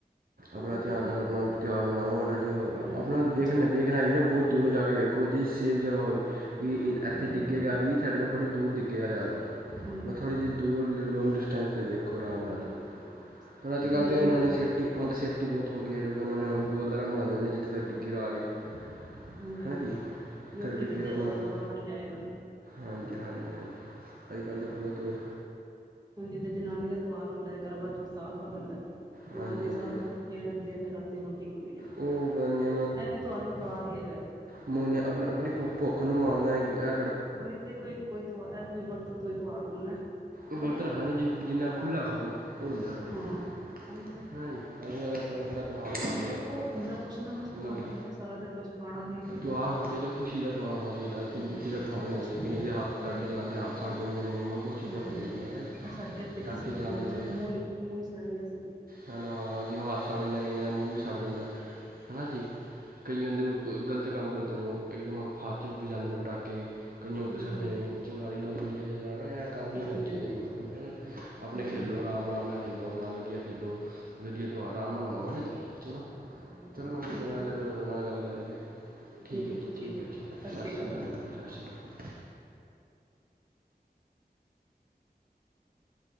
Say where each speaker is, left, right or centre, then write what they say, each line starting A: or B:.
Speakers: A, on the right; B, on the right.
A: ਹੁਣ
B: ਆਪਨਾ
A: ਜਿੱਦਾਂ
B: ਧਿਆਨ
A: ਕਿ
B: ਨਾਲ
A: ਆ
B: ਆਪਨਾ ਤੇਉਹਾਰ ਮਨਾਓ, ਹੈਨਾ? ਜੀਓ
A: ਹਮ
B: ਤਾਂ, ਆਪਨਾ ਠੀਕ ਏ ਨਾ? ਵੇਖਨਾ ਹੈਗਾ ਨਾ, ਬੋਤ ਦੂਰ ਜਾ ਕੇ ਵੇਖੋ, ਜੇ ਸੇਫ ਜਗਾ ਹੋਈ। ਕਿ ਇਥ ਐੱਥੇ
A: ਹਾਂਜੀ
B: ਡਿੱਗੇਗਾ
A: ਹਾਂਜੀ
B: ਵੀ, ਸਾਡੇ ਤੋਂ ਬੜੀ ਦੂਰ ਡਿੱਗੇਗਾ ਜਾ ਕੇ,
A: ਹਾਂਜੀ
B: ਬਸ। ਥੋੜ੍ਹੀ ਜੀ ਦੂਰ, ਲੌਂਗ ਡਿਸਟੈਂਸ 'ਤੇ ਵੇਖੋ ਆਰਾਮ ਨਾਲ,
A: ਹਾਂਜੀ
B: ਪਰ ਅੱਜ-ਕੱਲ੍ਹ
A: ਹੁਣ
B: ਤਾਂ
A: ਅਜੇ
B: ਉਨਾਂ
A: ਨੂੰ
B: ਨੇ ਸੇਫ ਕਿ ਹੁਨ ਤੇ ਸੇਫਟੀ ਬੋਤ ਹੋ ਗਈ ਏ, ਕਿਉਂਕਿ ਉਨਾਂ ਨੇ ਉਨੂੰ ਗੋਲਦਾਰਾ ਬਨਾ ਦੇਨੈ ਜਿੱਥੇ ਡਿੱਗੇਗਾ ਆ ਕੇ।
A: ਹਾਂਜੀ-
B: ਹੈ
A: ਹਾਂਜੀ,
B: ਨਾ ਜੀ ਜਿੱਥੇ
A: ਵੀ ਉੱਥੇ
B: ਤੱਕ
A: ਡਿੱਗੇਗਾ
B: ਆਪਣਾ
A: ਬਸ
B: ਗੋਲ
A: ਬਾਰ ਨੀ ਜਾਏਗਾ।
B: ਹਾਂਜੀ, ਹਾਂਜੀ, ਹਾਂਜੀ, ਅੱਜ-ਕੱਲ੍ਹ ਤਾਂ ਬੋਤ ਵੋ
A: ਜਿੱਦੇ ਜਨਾਨੀਆ ਤੇਉਹਾਰ ਹੁੰਦੈ, ਕਰਵਾ ਚੋਂਥ ਸਾਲ ਬਾਦ ਆਂਦੈ। ਜਨਾਨੀਆਂ
B: ਹਾਂਜੀ ਹਾਂਜੀ
A: ਸਾਰਾ ਦਿਨ ਭੁੱਖੀਆਂ ਰੈਂਦੀਆਂ, ਫਿਰ ਰਾਤੀ ਰੋਟੀ ਖਾਂਦੀਐ,
B: ਉਹ ਪਤਾ ਨਹੀਂ
A: ਐ ਵੀ ਤੁਹਾਰ ਵਕਾਰ ਈ ਹੈਗਾ।
B: ਮੋਏ ਨੇ ਆਪਨ-ਆਪਨੀ ਭੁੱ- ਭੁੱਖ ਨੂੰ ਮਾਣਨੈ, ਐ।
A: ਓਈ 'ਤੇ, ਕੋਈ-ਕੋਈ ਤੇਉਹਾਰ ਐ, ਕੋਈ ਵਰਤ 'ਤੇ ਤੁਹਾਰ ਖੁਲ੍ਹਨੈ,
B: ਵਰਤ
A: ਕੇ ਨਈਂ?
B: ਰੱਖਣਾ ਤੇ ਜਿ- ਜਿੰਨਾ ਖੁੱਲ੍ਹਾ ਖਾਓ, ਉਹ ਹੁੰਦੈ ਵਰਤ
A: ਹਾਂ
B: 'ਤੇ,
A: ਉਹੀ ਤੇ
B: ਹਾਂਜੀ। <unintelligible> ਅਸੀ ਕੇੜਾ ਤੁਹਾਰ ਮਨਾਂਦੇ
A: ਨਹੀਂ ਰੱਖੋ
B: ਪੇਅ ਅਪਨਾ,
A: ਬੰਦਾ ਕੁਛ ਨਾ ਕੁਛ ਦਿਖਾਉਂਦਾ
B: ਹੈਨਾ ਬਈ?
A: ਹੀ ਨਾ ਸਾਰਾ ਦਿਨ ਕੁਛ ਖਾਣਾ ਨੀ।
B: ਤਿਉਹਾਰ ਹੋਨਾ ਚਾਈਦਾ ਖੁਸ਼ੀ ਦਾ ਤਿਉਹਾਰ ਹੋਨਾ ਚਾਈਦਾ, ਅੱਜ-ਕੱਲ
A: ਹਾਂਜੀ
B: ਦੁਖੀ
A: ਹਾਂਜੀ
B: ਦਾ ਤਿਉਹਾਰ ਨਈਂ ਹੋਨਾ ਚਾਈਦਾ। ਕਈਆਂ ਦੇ ਹੱਥ
A: ਉਹੀ
B: ਪਟਾੱਕੇ
A: ਤੇ
B: ਚਲਾਂਦੇ ਹੱਥ ਛੱਡ ਦਿੰਦੇ ਨੇ, ਹੋਰ ਬੋਤ ਚੀਜ਼ਾਂ
A: ਹਾਂਜੀ
B: ਹੋ ਜਾਂਦੀਆਂ ਹੈ ਨਾ ਜੀ,
A: ਇਹ ਸਾਡੇ ਇੱਥੇ
B: ਪਟਾਕੇ
A: ਕਿਸੇ
B: ਚਲਾਂਦੇ
A: ਬੱਚੇ
B: ਹੋਏ।
A: ਦਾ ਮੂੰਹ ਹੀ ਮੂੰਹ ਹੀ ਸੜ ਗਿਆ ਸੀ
B: ਹੈਨਾ ਜੀ, ਹੱਥ ਸੱੜ ਜਾਂਦੈ, ਕਈਆਂ ਦਾ ਮੂੰਹ ਵੀ ਸੱੜ ਜਾਂਦੈ। ਹਾਂਜੀ ਜੀ, ਕਈਆ ਦੇ ਓ ਗਲਤ ਕੰਮ ਕਰਦੇ ਨੇ, ਉਹ ਇੱਕਦਮ ਹੱਥ 'ਚ ਵਜਾਂਦੇ ਨੇ ਪਟਾਕੇ। ਕਈਆਂ ਉੱਤੇ
A: ਹਾਂਜੀ
B: ਛੱਡਦੇ
A: ਹਾਂਜੀ
B: ਨੇ, ਚਿੰਗਾਰੀ ਲੱਗ ਜਾਂਦੀ ਕਦੇ- ਕਦਾਰ। ਐਹ ਕੰਮ ਨੀ
A: ਹਾਂਜੀ
B: ਕਰਨੇ ਚਾਈਦੇ
A: ਹਾਂਜੀ
B: ਬਿਲਕੁਲ, ਹੈਨਾ? ਅਪਨੇ
A: ਹਾਂਜੀ
B: ਖੇਲੋ,
A: ਹਾਂਜੀ
B: ਰਾਮ- ਰਾਮ ਨਾਲ ਖੇਲੋ। ਆਪਨਾ ਵਦੀਆ ਖੇਲੋ, ਵਦੀਆ ਤੇਉਹਾਰ ਆਰਾਮ ਨਾਲ ਮਨਾਓ, ਹੈ ਨਾ ਜੀ? ਚਲੋ,
A: ਹਾਂਜੀ
B: ਚਲੋ ਮੈਨੂੰ
A: ਠੀਕ
B: ਚੰਗਾ
A: ਹੈ।
B: ਲੱਗਿਆ ਤੁਹਾਡੇ ਨਾਲ ਗੱਲ ਕਰਕੇ। ਠੀਕ ਐ
A: ਹੈ
B: ਜੀ, ਠੀਕ
A: ਹੈ।
B: ਐ, ਠੀਕ ਐ।
A: ਸਤਿ
B: ਸਸ
A: ਸ਼੍ਰੀ ਅਕਾਲ
B: ਸ੍ਰੀ ਕਾਲ ਸਸ ਸ਼੍ਰੀ ਕਾਲ।